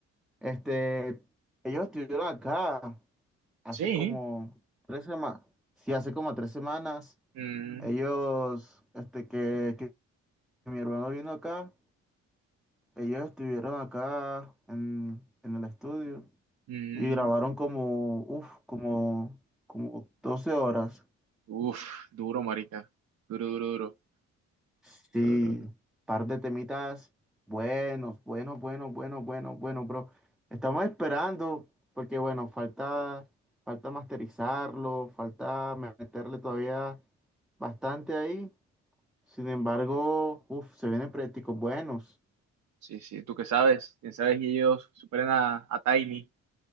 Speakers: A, in the centre; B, on the right.
A: Este, ellos estuvieron acá hace
B: sí,
A: como tres semanas. Sí, hace como tres semanas.
B: mm,
A: Ellos, este, que, que mi hermano vino acá. Ellos estuvieron acá en, en el estudio
B: mm,
A: y grabaron como, uf, como, como 12 horas.
B: uff, duro, marica. Duro, duro, duro,
A: Sí,
B: duro, duro. duro.
A: par de temitas buenos, buenos, buenos, buenos, buenos, buenos, bro. Estamos esperando porque, bueno, falta, falta masterizarlo, falta meterle todavía bastante ahí. Sin embargo, uf, se vienen proyectos buenos.
B: Sí, sí, tú qué sabes, quién sabe si ellos superen a, a Tiny,